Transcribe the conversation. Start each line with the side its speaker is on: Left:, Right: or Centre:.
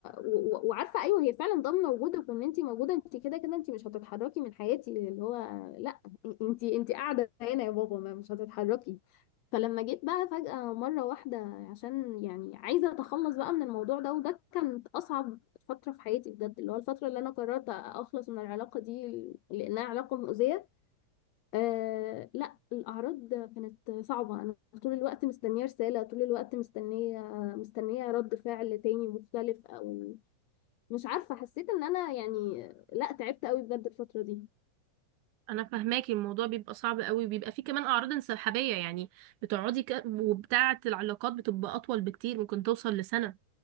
Left: و- و- وعارفه ايوه هي فعلا ضامنه وجودك وان انت موجوده انت كده كده انت مش هتتحركي من حياتي اللي هو لا انت انت قاعده هنا يا بابا ما مش هتتحركي فلما جيت بقى فجأة مرة واحدة عشان يعني عايزة أتخلص بقى من الموضوع ده وده كانت أصعب فترة في حياتي بجد اللي هو الفترة اللي أنا قررت أخلص من العلاقة دي لأنها علاقة مؤذية آه لا الأعراض كانت صعبة أنا طول الوقت مستنية رسالة طول الوقت مستنية مستنية رد فعل تاني مختلف أو مش عارفة حسيت إن أنا يعني لا تعبت قوي بجد الفترة دي
Right: انا فهماكي الموضوع بيبقى صعب قوي بيبقى فيه كمان اعراض انسحابيه يعني بتقعدي ك... وبتاعه العلاقات بتبقى اطول بكتير ممكن توصل لسنه